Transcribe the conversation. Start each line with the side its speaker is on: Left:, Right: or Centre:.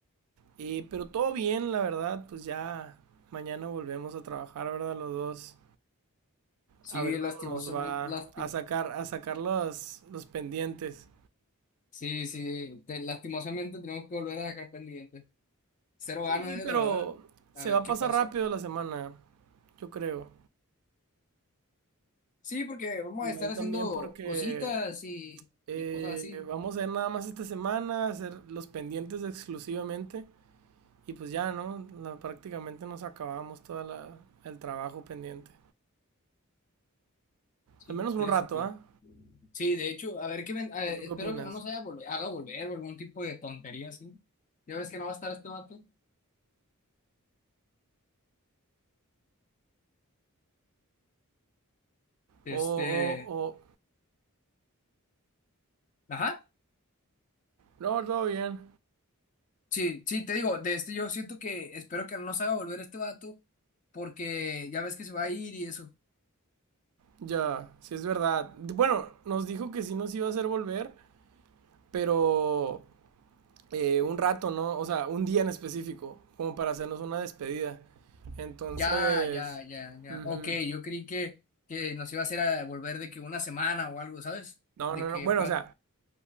Right: Y, pero todo bien, la verdad. Pues ya mañana volvemos a trabajar, ¿verdad? Los dos.
Left: Sí,
Right: A ver cómo
Left: lastimosamente,
Right: nos va
Left: lasti-
Right: a sacar, a sacar los, los pendientes.
Left: sí, sí, te- lastimosamente tenemos que volver a sacar pendientes. Cero ganas,
Right: Sí, pero
Left: eh, la verdad.
Right: se
Left: A ver
Right: va a
Left: qué
Right: pasar
Left: pasa.
Right: rápido la semana, yo creo.
Left: Sí, porque vamos
Right: Igual
Left: a estar
Right: también
Left: haciendo
Right: porque
Left: cositas y,
Right: eh,
Left: y cosas así.
Right: vamos a ir nada más esta semana, a hacer los pendientes exclusivamente. Y pues ya, ¿no? La- prácticamente nos acabamos todo el trabajo pendiente.
Left: Sí,
Right: Al menos un
Left: tiene
Right: rato,
Left: sentido.
Right: ¿ah? ¿eh?
Left: Sí, de hecho, a ver qué ven- a ver,
Right: ¿O tú
Left: espero
Right: qué opinas?
Left: que no nos haya volver, haga volver o algún tipo de tontería así. Ya ves que no va a estar este vato. Este,
Right: O, o, o.
Left: Ajá.
Right: No, todo bien.
Left: Sí, sí, te digo, de este yo siento que espero que no nos haga volver este vato, porque ya ves que se va a ir y eso.
Right: Ya, sí es verdad. Bueno, nos dijo que sí nos iba a hacer volver, pero eh, un rato, ¿no? O sea, un día en específico, como para hacernos una despedida. Entonces,
Left: Ya, ya, ya, ya.
Right: ujú.
Left: Ok, yo creí que, que nos iba a hacer a volver de que una semana o algo, ¿sabes?
Right: No,
Left: De
Right: no,
Left: que
Right: no. Bueno,
Left: para...
Right: o sea,